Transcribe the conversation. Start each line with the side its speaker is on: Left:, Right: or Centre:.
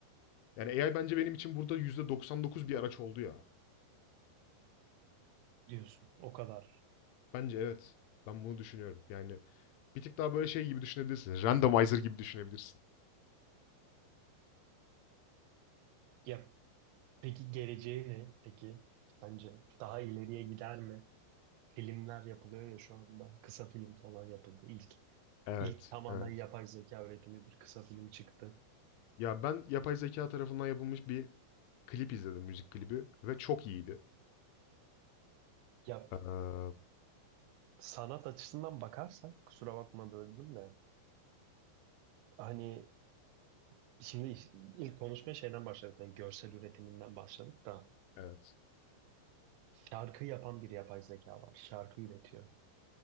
Left: Yani AI bence benim için burada %99 bir araç oldu ya.
Right: Diyorsun. O kadar.
Left: Bence evet. Ben bunu düşünüyorum. Yani bir tık daha böyle şey gibi düşünebilirsin. Randomizer gibi düşünebilirsin.
Right: Ya peki geleceği ne? Peki sence daha ileriye gider mi? Filmler yapılıyor ya şu anda. Kısa film falan yapıldı. İlk
Left: Evet,
Right: ilk tamamen
Left: evet.
Right: yapay zeka üretimi bir kısa film çıktı.
Left: Ya ben yapay zeka tarafından yapılmış bir klip izledim, müzik klibi ve çok iyiydi.
Right: Ya
Left: Eee
Right: sanat açısından bakarsak kusura bakma böldüm de hani şimdi ilk konuşmaya şeyden başladık. Yani görsel üretiminden başladık da
Left: Evet,
Right: şarkı yapan bir yapay zeka var. Şarkı üretiyor.